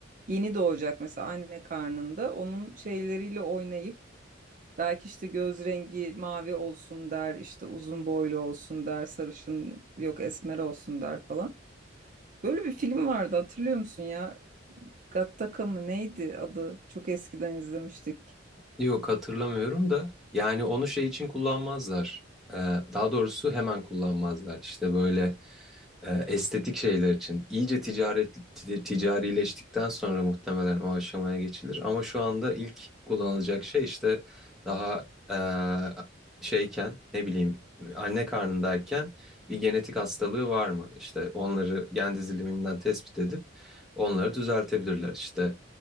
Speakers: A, on the right; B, in the centre.
A: yeni doğacak mesela anne karnında onun şeyleriyle oynayıp Belki işte göz rengi mavi olsun der, işte uzun boylu olsun der, sarışın yok esmer olsun der falan. Böyle bir film vardı hatırlıyor musun ya? Gattaca mı neydi adı? Çok eskiden izlemiştik.
B: Yok hatırlamıyorum da yani onu şey için kullanmazlar. Ee, daha doğrusu hemen kullanmazlar. İşte böyle e, estetik şeyler için. İyice ticaret ti- ticarileştikten sonra muhtemelen o aşamaya geçilir. Ama şu anda ilk kullanılacak şey işte daha e, şeyken ne bileyim anne karnındayken bir genetik hastalığı var mı? İşte onları gen diziliminden tespit edip onları düzeltebilirler. İşte